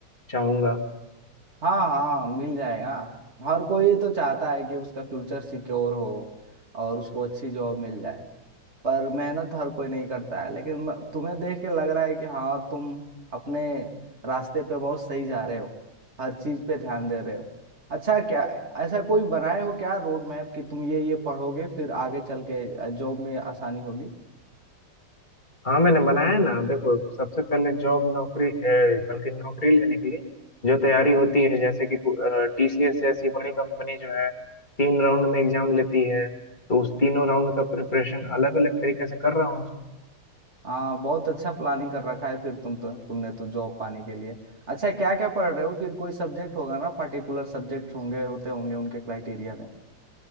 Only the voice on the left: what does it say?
चाहूंगा
हाँ मैंने बनाया ना देखो सबसे पहले जॉब नौकरी अ, बल्कि नौकरी लेने के लिए जो तैयारी होती है जैसे कि टीसीएस जैसी बड़ी कंपनी जो है तीन राउंड में एग्जाम लेती है तो उस तीनों राउंड का प्रिपरेशन अलग अलग तरीके से कर रहा हूँ